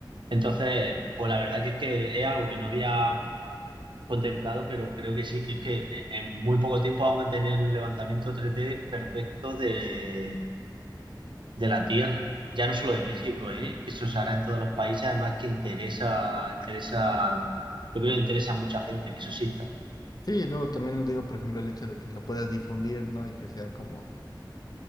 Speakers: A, on the right; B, on the left.
A: Entonces, pues la verdad que es que es algo que no había contemplado, pero creo que sí, que es que en en muy poco tiempo vamos a tener un levantamiento tres d perfecto de, de la Tierra. Ya no solo de México, ¿eh? Que eso se hará en todos los países, además que interesa, interesa, yo creo que interesa a mucha gente que eso exista.
B: Sí, y luego también digo, por ejemplo, el hecho de que lo puedas difundir, ¿no? Y que sea como,